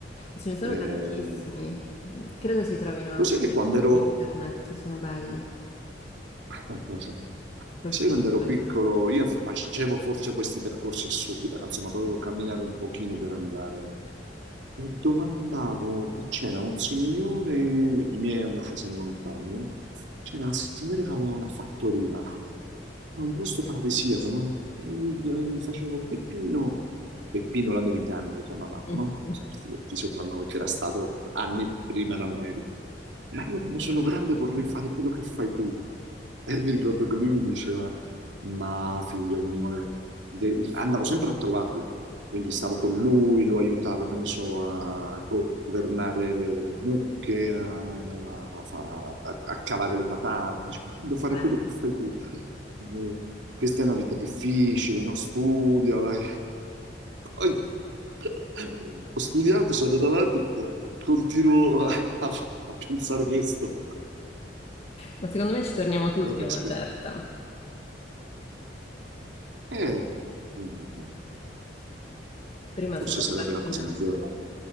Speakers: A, on the left; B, on the right.
A: Ce ne sono
B: Eh,
A: tantissimi, credo si trovino anche
B: cos'è che quando ero,
A: su internet, sono belli,
B: <laughs>
A: colpiscono.
B: sai, quando ero piccolo, io facevo forse questi percorsi assurdi, però, insomma, dovevo camminare un pochino per andare. E domandavo, e c'era un signore, i miei hanno una casa in montagna, c'era un signore che aveva una fattoria, in un posto paradisiaco, no? E gli, gli facevo Peppino, Peppino l'americano lo chiamavamo,
A: <laughs>
B: no? Sì, Ti soprannome che era stato anni prima in America. Ma io quando sono grande vorrei fare quello che fai tu. E mi ricordo che lui mi diceva, ma figlio mio, de- andavo sempre a trovarlo, quindi stavo con lui, lo aiutavo, che ne so, a governare le, le- le mucche, a, a fa- a- a cavare le patate, Dice, devo fare
A: Bello.
B: quello che fai tu. Eh, Questa è una vita difficile, no? Studia, vai. Poi <laughs> ho studiato, sono andato avanti, ma continuo a, a a pensare questo.
A: Ma secondo me ci torniamo tutti
B: Vabbè,
A: a una
B: scusi.
A: certa.
B: Eh, Mm, mm, mm.
A: Prima
B: forse
A: siamo
B: sarebbe
A: attratti
B: la cosa
A: da...
B: maggiore.